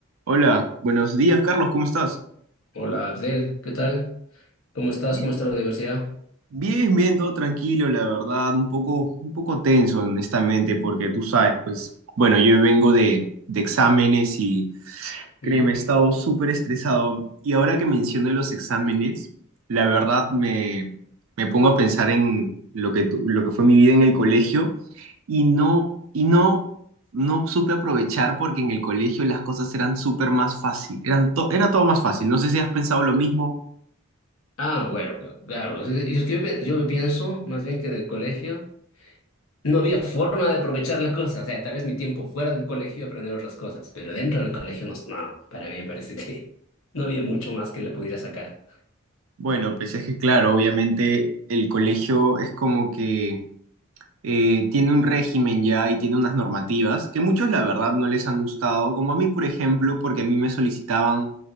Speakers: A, on the right (about 80°); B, on the left (about 80°).
A: Hola, buenos días, Carlos, ¿cómo estás?
B: Hola Abdel, ¿qué tal? ¿Cómo estás?
A: Bien,
B: ¿Cómo está la universidad?
A: Bien, bien, todo tranquilo, la verdad, un poco, un poco tenso, honestamente, porque tú sabes, pues, bueno, yo vengo de, de exámenes y créeme,
B: ¿Mm?
A: he estado súper estresado. Y ahora que menciono los exámenes, la verdad me, me pongo a pensar en lo que, tu- lo que fue mi vida en el colegio y no, y no, no supe aprovechar porque en el colegio las cosas eran súper más fácil, eran to- era todo más fácil. No sé si has pensado lo mismo
B: Ah, bueno, cl- claro. Yo, es que yo, pe- yo pienso más bien que en el colegio no había forma de aprovechar las cosas. O sea, tal vez mi tiempo fuera del colegio aprender otras cosas, pero dentro del colegio no, no, para mí me parece que no había mucho más que le pudiera sacar.
A: Bueno, pues es que claro, obviamente el colegio es como que eh, tiene un régimen ya y tiene unas normativas que muchos la verdad no les han gustado, como a mí por ejemplo, porque a mí me solicitaban,